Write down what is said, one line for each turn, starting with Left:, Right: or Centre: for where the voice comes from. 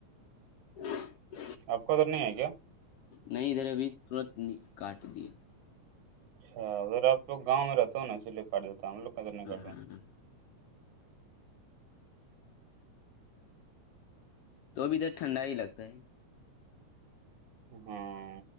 Left: <inaudible>
Right: آپ کو ادھر نہیں ہے کیا
Left: نہیں ادھر ابھی ترت کاٹ دیا
Right: اچھا آلوگاؤں رہ ہو نا اسیے کاٹ دیتا ہے ہم لوگ کا ادھر نہیں
Left: ہاں
Right: کاٹتا
Left: ہاں تو اب توھر ٹھنڈا ہی لگتا ہے
Right: ہوں